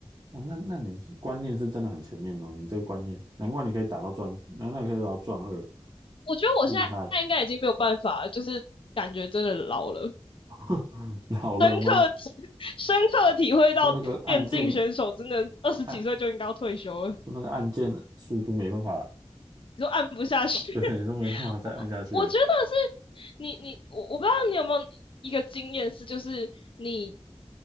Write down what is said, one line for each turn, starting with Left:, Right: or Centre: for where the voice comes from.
Right: 哦，那那你是观念是真的很前面哦，你这个观念，难怪你可以打到钻，难怪你可以打到钻二，
Left: 我觉得我现在应该已经没有办法了就是感觉真的老了，
Right: 厉害，<laughs> 老了吗？
Left: 深刻深刻体会到电竞选手真的二十几岁就应该要退休了，
Right: 说那个按键按，说那个按键速度没办法，
Left: 你说按不下去。<laughs>
Right: 对，你说没办法再按下去了
Left: 我我觉得是你你我我不知道你有没有一个经验是，就是你